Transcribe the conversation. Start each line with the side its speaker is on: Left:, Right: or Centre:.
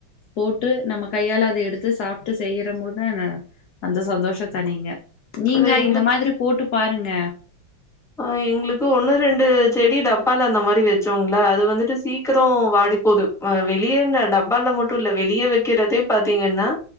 Left: போட்டு நம்ம கையால அதை எடுத்து சாப்ட்டு செய்யற போது அந்த சந்தோஷ தனிங்க நீங்க
Centre: அது எங்களுக்கு
Left: இந்த மாதிரி போட்டு பாருங்க
Centre: அ எங்களுக்கு ஒண்ணு ரெண்டு செடி டப்பால்ல அந்த மாரி வச்சோங்களா அது வந்துட்டு சீக்கிர வாடிப்போது ஆ வெளியேன்ன டப்பால மட்டு இல்ல வெளியே வைக்கிறதே பாத்தீங்கன்னா